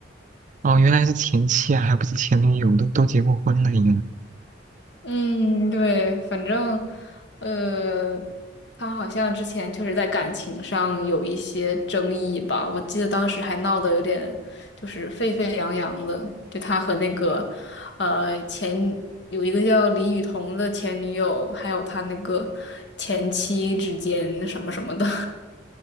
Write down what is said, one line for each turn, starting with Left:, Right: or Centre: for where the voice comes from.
Right: 哦，原来是前妻啊，还不是前女友，都都结过婚了也。
Left: 嗯，对，反正，呃，他好像之前确实在感情上有一些争议吧，我记得当时还闹得有点就是沸沸扬扬的，就他和那个，呃，前有一个叫李雨桐的前女友，还有他那个前妻之间什么什么的，